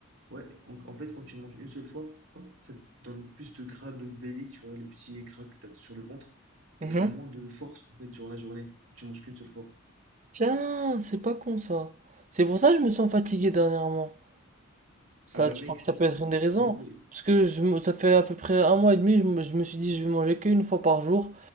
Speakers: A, on the right; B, on the right.
A: ouais, en, en fait, quand tu manges une seule fois, ça te donne plus de gras de belly, tu vois, le petit gras que tu as sur le ventre. Et
B: Mhm.
A: tu as moins de force, en fait, durant la journée, quand tu manges qu'une seule fois.
B: Tiens, c'est pas con ça. C'est pour ça que je me sens fatigué dernièrement. Ça,
A: Ah bah
B: tu
A: mec,
B: crois que
A: c'est
B: ça peut être
A: c'est-
B: une des raisons?
A: c'est mauvais.
B: Parce que je, me- ça fait à peu près un mois et demi, je me, je me suis dit je vais manger qu'une fois par jour